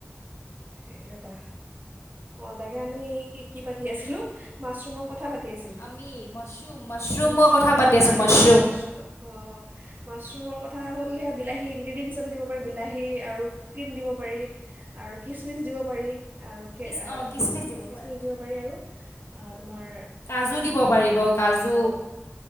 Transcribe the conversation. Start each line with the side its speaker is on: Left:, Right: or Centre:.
Right: সেইটো এটা। অঁ তাকে আমি কি-কি পাতি আছিলো? মাছৰুমৰ কথা পাতি আছিলোঁ
Left: আমি মাছৰুম-মাছৰুমৰ
Right: মাছৰুম
Left: কথা
Right: আৰু
Left: পাতি
Right: নিৰামিষ
Left: আছোঁ মাছৰুম।
Right: অঁ অঁ মাছৰুমৰ কথা হ'ল সেয়া বিলাহী ইনগ্ৰেডিয়েণ্ট হিচাপে দিব পাৰি বিলাহী আৰু ক্ৰীম দিব পাৰি আৰু খিছমিচ দিব পাৰি। আৰু খ
Left: কিচ অঁ কিচমিচ দিব
Right: খিচমিচ
Left: পাৰে
Right: দিব পাৰি আৰু অঁ তোমাৰ
Left: কাজু দিব পাৰিব কাজু।
Right: অঁ